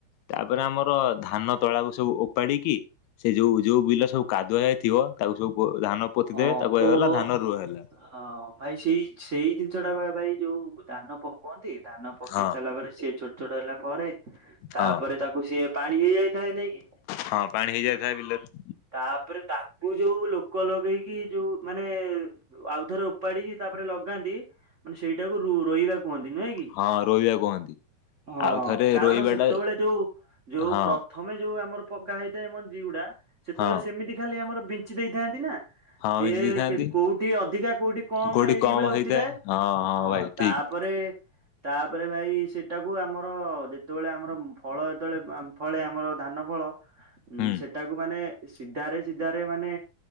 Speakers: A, on the left; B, on the right.
A: ତାପରେ ଆମର ଧାନ ତଳାକୁ ସବୁ ଓପାଡ଼ିକି ସେ ଯୋଉ ଯୋଉ ବିଲ ସବୁ କାଦୁଆ ହେଇ ଥିବ ତାକୁ ସବୁ ଧାନ ପୋତି
B: ହଁ
A: ଦେବେ ତାକୁ ହେଇଗଲା
B: ଓହୋ।
A: ଧାନ ରୁଅ ହେଲା।
B: ହଁ ଭାଇ ସେଇ ସେଇ ଜିନିଷ ଟା ବା ଭାଇ ଯୋଉ ଧାନ ପ କୁହନ୍ତି ଧାନ ପକେଇ
A: ହଁ
B: ସାରିଲା ପରେ ସିଏ ଛୋଟ ଛୋଟ ହେଲା ପରେ ତାପରେ
A: ହଁ।
B: ତାକୁ ସିଏ ପାଣି ହେଇଯାଇଥାଏ ନେଇକି
A: ହଁ ପାଣି ହେଇଯାଇଥାଏ ବିଲେରେ
B: ତାପରେ ତାକୁ ଯୋଉ ଲୋକ ଲ ଗେଇକି ଯୋଉ ମାନେ ଆଉଥର ଉପାଡ଼ିକି ତାପରେ ଲଗାନ୍ତି ମାନେ ସେଇଟାକୁ ରୁ ରୋଇବା କୁହନ୍ତି ନୁହେଁ କି?
A: ହଁ ରୋଇବା କୁହନ୍ତି
B: ହଁ
A: ଆଉ ଥରେ
B: କାରଣ
A: ରୋଇବା
B: ସେତେବେଳେ
A: ଟା
B: ଯୋଉ ଯୋଉ
A: ହଁ
B: ପ୍ର ଥମେ ଯୋଉ ଆମର ପଗା ହେଇଥାଏ ମଞ୍ଜି ଗୁଡ଼ା ସେତେବେଳେ
A: ହଁ
B: ସେମିତି ଖାଲି ଆମର ବିଞ୍ଚି ଦେଇଥାନ୍ତି ନା
A: ହଁ
B: ସିଏ
A: ବିଞ୍ଚି ଦେଇଥାନ୍ତି
B: କୋଉଠି ଅଧିକା କୋଉଠି କମ
A: କୋଉଠି
B: ଏଇ ଭଳିଆ
A: ହେଇଥାଏ
B: ଉଠିଥାଏ
A: ହଁ
B: ହଁ
A: ଭାଇ ଠିକ
B: ତା ତାପରେ ତାପରେ ଭାଇ ସେଟାକୁ ଆମର ଯେତେବେଳେ ଆମର ଫଳ ଯେତେବେଳେ ଫଳେ ଆମର ଧାନ ଫଳ ଉ
A: ହୁଁ
B: ସେଟାକୁ ମାନେ ସିଧାରେ ସିଧାରେ ମାନେ